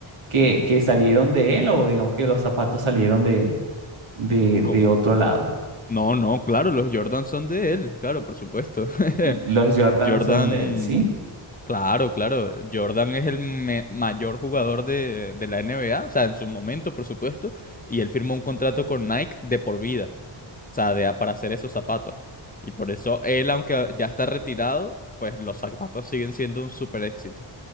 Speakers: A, on the right (about 80°); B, on the left (about 20°).
A: que, que salieron de él o digamos que los zapatos salieron de, de,
B: ¿Cómo?
A: de otro lado.
B: No, no, claro, los Jordan son de él. Claro, por supuesto. <laughs>
A: Los Jordan
B: Jordan,
A: son de él, ¿sí?
B: claro, claro. Jordan es el me- mayor jugador de, de la NBA, o sea, en su momento, por supuesto. Y él firmó un contrato con Nike de por vida, o sea, de, para hacer esos zapatos. Y por eso él, aunque ya está retirado, pues los zapatos siguen siendo un super éxito.